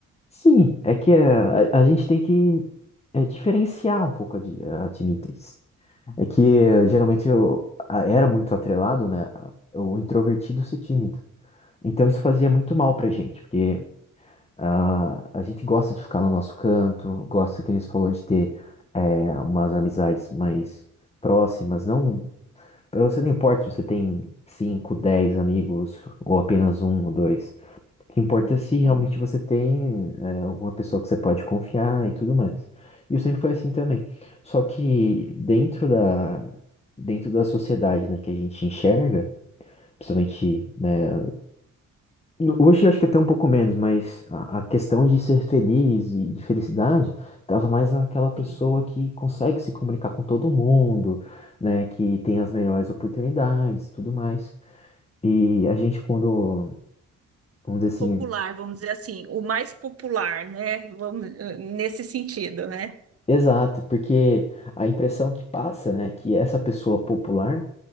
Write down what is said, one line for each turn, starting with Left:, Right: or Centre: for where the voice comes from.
Left: Sim, é que é, a, a gente tem que é, diferenciar um pouco a, di- a timidez. É que eh, geralmente eu a- era muito atrelado, né? a- O introvertido ser tímido. Então isso fazia muito mal pra gente, porque ah, a gente gosta de ficar no nosso canto, gosta, que a gente falou, de ter eh, umas amizades mais próximas. Não, pra você não importa se você tem 5, 10 amigos, ou apenas um ou dois. O que importa é se
Right: sim,
Left: realmente você tem é, uma pessoa que você pode confiar e tudo mais. E eu sempre foi assim também. Só que dentro da, dentro da sociedade, né, que a gente enxerga, principalmente, né, no- hoje eu acho que até um pouco menos, mas a, a questão de ser feliz e de felicidade tava mais aquela pessoa
Right: sim.
Left: que consegue se comunicar com todo mundo, né, que tem as melhores oportunidades e tudo mais. E a gente, quando, vamos dizer assim,
Right: popular, vamos dizer assim, o mais popular, né? Vamos, eh, nesse sentido, né?
Left: Exato, porque a impressão que passa, né, que essa pessoa popular,